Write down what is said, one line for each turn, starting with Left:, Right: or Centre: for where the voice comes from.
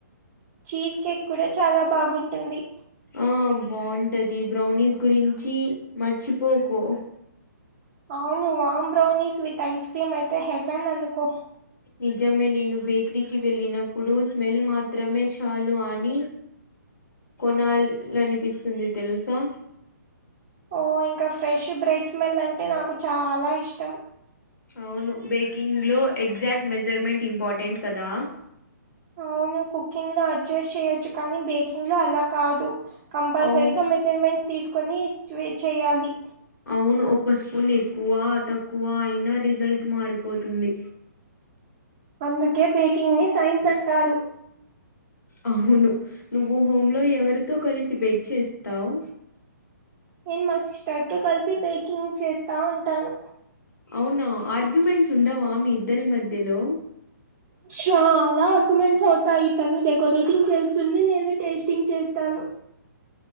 Right: చీజ్ కేక్ కూడ చాలా బాగుంటుంది
Left: ఆ బాంటది బ్రౌనీస్ గురించీ మర్చిపోకు
Right: అవును warm brownies with ice cream అయితే హెఫెన్ అనుకో
Left: నిజమే నేను బేక్రీ కిి వెల్లినప్ ప్పుడు స్మెల్ మాత్రమే చాలు అనీ కొనాలనిపిస్సుంది తెలుసా
Right: ఓ ఇంక ఫ్రెష్ బ్రెడ్ స్మెల్ అంటే నాకు చాలా ఇష్టం
Left: అవును బేకింగ్ లో ఎగ్జాక్ట్ మెజర్మెంట్ ఇంపార్టెంట్ కదా
Right: అవును కుకింగ్ లో అడ్జస్ట్ చేయొచ్చు కానీ బేకింగ్ లో అలా కాదు కంపల్సరిగ
Left: అవును
Right: మెజర్మెంట్స్ తీసుకొని చెయ్యాలి
Left: అవును ఒక స్పూన్ ఎక్కువా తక్కువా అయినా రిజల్ట్ మారిపోతుంది
Right: అందుకే బేకింగ్ ని సైన్స్ అంటారు
Left: అవును నువ్వు హోమ్ లో ఎవరితో కలిసి బేక్ చేస్తావ్
Right: నేన్ మా సిస్టర్ తో కలిసి బేకింగ్ చేస్తా ఉంటాను
Left: అవునా ఆర్గ్యుమెంట్స్ ఉండవా మీ ఇద్దరి మధ్యలో
Right: <inaudible> చాలా ఆర్గుమెండ్స్ అవుతాయి తను డెకొరేటింగ్ చేస్తుంది నేను టేస్టింగ్ చేస్తాను